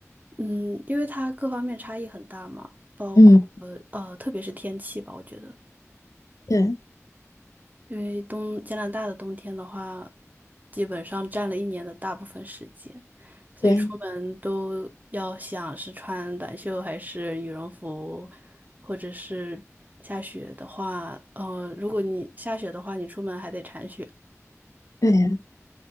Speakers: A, on the right (about 30°); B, on the left (about 80°).
A: 嗯，因为它各方面差异很大嘛，包括呃，
B: 嗯，
A: 特别是天气吧，我觉得，
B: 对
A: 因为冬加拿大的冬天的话，基本上占了一年的大部分时间，所以出门都要想是穿短袖还是羽绒服，
B: 对
A: 或者是下雪的话，呃，如果你下雪的话，你出门还得铲雪。
B: 对啊，